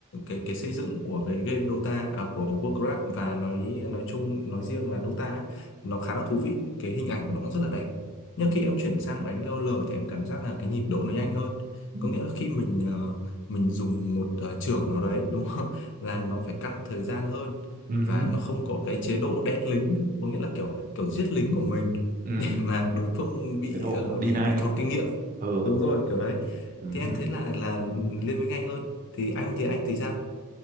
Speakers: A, on the left; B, on the right.
A: cái cái xây dựng của cái game Dota à, của Warcraft và nói nói chung nói riêng là Dota ấy, nó khá là thú vị, cái hình ảnh của nó cũng rất là đẹp. Nhưng
B: ừ,
A: khi em chuyển sang đánh LoL thì em cảm giác là cái nhịp độ nó nhanh hơn.
B: ừ,
A: Có nghĩa là khi mình ờ, mình dùng một ờ, chưởng nào đấy đúng không <laughs> là
B: ừ,
A: nó phải căn thời gian hơn
B: ừ,
A: và nó không có cái chế độ đen lính có nghĩa là kiểu kiểu giết lính của mình <laughs>
B: ừ.
A: để mà đối phương bị
B: Chế độ
A: ờ, bị
B: deny.
A: bị thọt kinh nghiệm
B: Ừ
A: đúng rồi kiểu đấy
B: Ừ
A: thì em
B: hứ.
A: thấy là là ừ, liên minh anh hơn thì anh thì anh thì sao